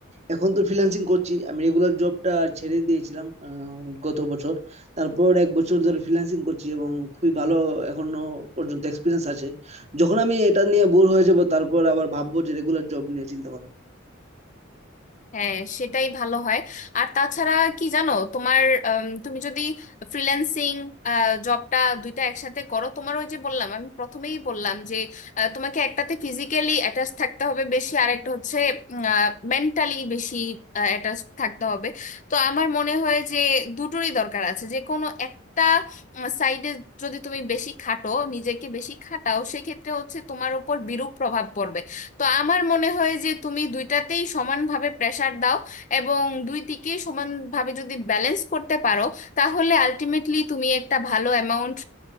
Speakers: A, on the right (about 30°); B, on the left (about 35°).
A: এখন তো ফ্রিল্যান্সিং করছি আমি রেগুলার জবটা ছেড়ে দিয়েছিলাম আহ, গত বছর তারপর এক বছর ধরে ফ্রিল্যান্সিং করছি এবং খুবই ভালো এখনো পর্যন্ত এক্সপিরিয়েন্স আছে যখন আমি এটা নিয়ে বোর হয়ে যাব তারপর আবার ভাববো যে রেগুলার জব নিয়ে চিন্তা করব
B: হ্যাঁ সেটাই ভালো হয় আর তাছাড়া কি জানো তোমার আম, তুমি যদি ফ্রিল্যান্সিং জবটা দুইটা একসাথে করো তোমার ওই যে বললাম আমি প্রথমেই বললাম যে আহ, তোমাকে একটাতে ফিজিক্যালি অ্যাটাচ থাকতে হবে বেশি আর একটা হচ্ছে মেন্টালি বেশি অ্যাটাচ থাকতে হবে তো আমার মনে হয় যে দুটোরই দরকার আছে যে কোনো একটা সাইডে যদি তুমি বেশি খাটো নিজেকে বেশি খাটাও সেক্ষেত্রে হচ্ছে তোমার উপর বিরূপ প্রভাব পড়বে তো আমার মনে হয় যে তুমি দুইটাতেই সমানভাবে প্রেসার দাও এবং দুই দিকেই সমানভাবে যদি ব্যালেন্স করতে পারো তাহলে আলটিমেটলি তুমি একটা ভালো অ্যামাউন্ট